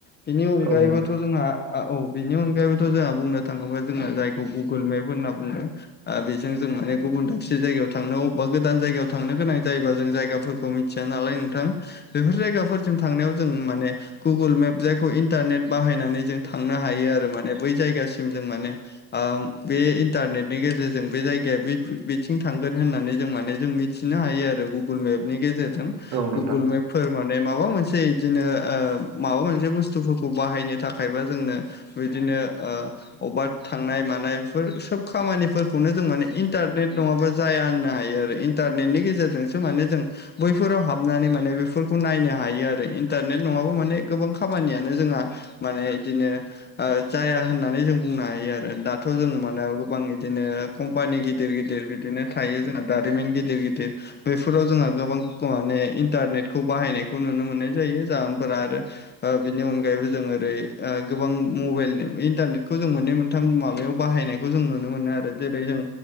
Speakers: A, on the left (about 20°); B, on the right (about 60°).
A: बिनि अनगायैबोथ'
B: औ नोंथां
A: जोंहा आ औ। बेनि अनगायैबोथ' जोंहा बुंनो थाङोबा जोङो जायखौ गुगोल मेप होनना बुंदों। ओ बेजों जों माने गुबुन दाबसे जायगायाव थांनो अबेबा गोदान जायगायाव थांनो गोनां जायोबा जों जायगाफोरखौ मि थिया नालाय नोंथां बेफोर जायगाफोरसिम थांनायाव जों माने गुगोल मेप जायखौ इन्टारनेट बाहायनानै जों थांनो हायो आरो माने बै जायगासिम जों माने। ओ बे इन्टारनेटनि गेजेरजों बे जायगाया बे बिथिं थांगोन होननानै जों माने जों मि थिनो हायो आरो गुगोल मेपनि गेजेरजों
B: औ नोंथां औ नोंथां
A: गुगोल मेप फोर माने माबा मोनसे इदिनो ओ माबा मोनसे बुस्थुफोरखौ बाहायनो थाखायबा जोंनो बिदिनो ओ। अबेबा थांनाय मानाय बेफोर सोब खामानिफोरखौनो जों माने इन्टारनेट नङाबा जाया होननो हायो आरो। इन्टारनेटनि गेजेरजोंसो माने जों बैफोराव हाबनानै माने बेफोरखौ नायनो हायो। आरो इन्टारनेट नङाबा माने गोबां खामानियानो जोंहा माने इदिनो ओ जाया होननानै जों बुंनो हायो। आरो दाथ' जों माने गोबां इदिनो कम्पानि गिदिर गिदिर बिदिनो थायो जोंना दारिमिन गिदिर गिदिर। बैफोराव जोंहा गोबां माने इन्टारनेटखौ बाहायनायखौ नुनो मोननाय जायो जाहोनफोरा आरो आ बिनि अनगायैबो जों ओरै ओ गोबां मबाइल इन्टारनेटखौ जों मोननै मोनथाम माबायाव बाहायनायखौ जों नुनो मोनो आरो जेरै जों